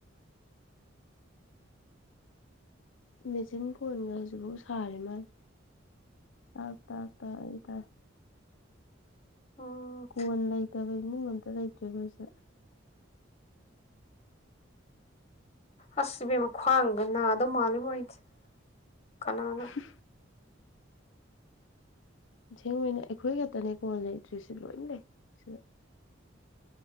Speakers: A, on the left (about 70°); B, on the left (about 35°).
A: ꯃꯦꯆꯤꯟ ꯀꯣꯟꯒ ꯍꯧꯖꯤꯛꯐꯥꯎ ꯁꯥꯔꯤ ꯃꯥꯏ ꯇꯥꯛ ꯇꯥꯛ ꯇꯛꯇꯥꯏ
B: ꯎꯝ
A: ꯀꯣꯟ ꯂꯩꯇꯕ ꯏꯃꯨꯡ ꯑꯝꯇ ꯂꯩꯇ꯭ꯔꯦ ꯑꯩꯈꯣꯏꯁꯤꯗ
B: ꯑꯁ ꯏꯕꯦꯝꯃ ꯈ꯭ꯋꯥꯡꯒ ꯅꯥꯗꯧ ꯃꯥꯜꯂꯤꯕꯣ ꯑꯩꯗꯤ ꯀꯅꯥꯅ
A: <inaudible> ꯑꯁꯦꯡꯕꯩꯅꯦ ꯑꯩꯈꯣꯏ ꯈꯛꯇꯅꯦꯀꯣꯟ ꯂꯩꯇ꯭ꯔꯤꯁꯦ ꯂꯣꯏ ꯂꯩ ꯁꯤꯗ